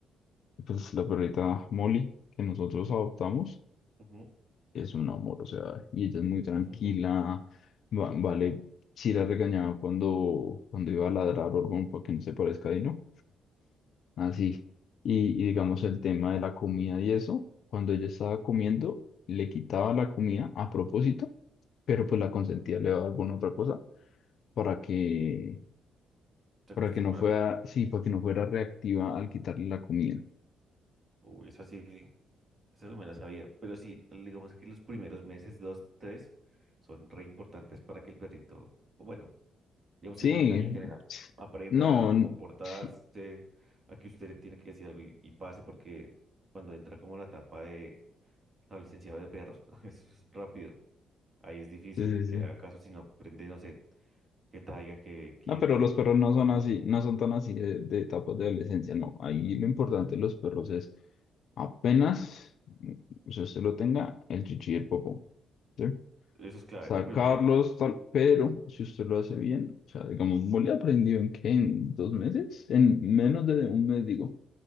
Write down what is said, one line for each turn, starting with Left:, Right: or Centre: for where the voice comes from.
Left: pues la perrita Molly que nosotros adoptamos
Right: Ujú.
Left: es un amor, o sea, y ella es muy tranquila.
Right: <laughs>
Left: va- vale, si la regañaba cuando, cuando iba a ladrar Orgón para que no se parezca a Dino. Así. Y, y digamos el tema de la comida y eso, cuando ella estaba comiendo, le quitaba la comida a propósito, pero pues la consentía, le daba alguna otra cosa para que
Right: Se
Left: para
Right: acostumbra,
Left: que no fuera,
Right: ¿no?
Left: sí, para que no fuera reactiva al quitarle la comida.
Right: Uy, esa sí, esa no me la sabía. Pero sí, digamos que los primeros meses, dos, tres, son re importantes para que el perrito, o bueno, digamos
Left: Sí,
Right: el primer año en general, aprenda
Left: no,
Right: a
Left: n-
Right: comportarse,
Left: sí,
Right: a que usted le tiene que decir algo y, y pase, porque cuando entra como la etapa de la adolescencia de perros, <laughs> eso es rápido. Ahí es difícil
Left: sí,
Right: que
Left: sí.
Right: haga
Left: sí.
Right: caso si no aprende, no sé, que traiga, que quieto,
Left: No, pero los
Right: que
Left: perros no
Right: eso,
Left: son
Right: ¿no?
Left: así, no son tan así de, de etapas de adolescencia, no. Ahí lo importante de los perros es apenas, mm, si usted lo tenga, el chichi y el popó, ¿sí?
Right: Eso es clave,
Left: Sacarlos,
Right: eso primerito.
Left: tal, pero si usted lo hace bien, o sea, digamos, Molly aprendió en qué, en dos meses, en menos de un mes, digo,